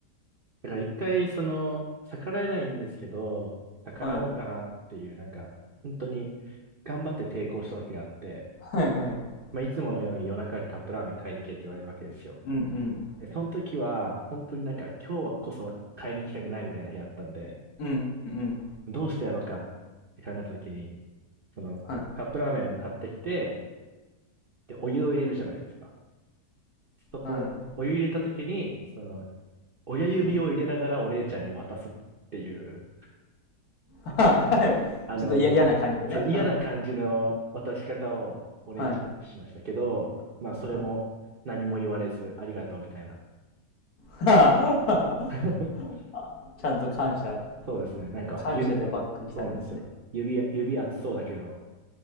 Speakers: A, on the right; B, on the left.
A: だから一回その、逆らえないんですけど、逆らおうかなっていう、
B: はい。
A: なんか、本当に頑張って抵抗した時があって、
B: はいはい。
A: まあいつものように夜中にカップラーメン買いに行けって言われるわけですよ。
B: うん
A: でその時は、本当になんか今日はこそは買いに行きたくないみたいな日だったんで、
B: うん。うんうん。
A: どうしてやろうかって考えたときに、その、
B: はい。
A: カップラーメンを買ってきて、で、お湯を入れるじゃないですか。そこ、
B: はい。
A: お湯入れたときに、その、親指を入れながらお姉ちゃんに渡すっていう、
B: うん。はいはい。
A: あの、
B: ちょっと嫌嫌な感じのね。
A: そう、嫌な感じの渡し方をお姉ちゃんにしましたけど、
B: うん。はい。
A: まあ、それも何も言われず、
B: うん。<laughs>
A: ありがとうみたいな。
B: はあはあ
A: <laughs>
B: ちゃんと感謝、
A: そうですね。なんか、
B: 感謝でバック来たんですね。
A: 指、そうなんですよ。指、指熱そうだけど、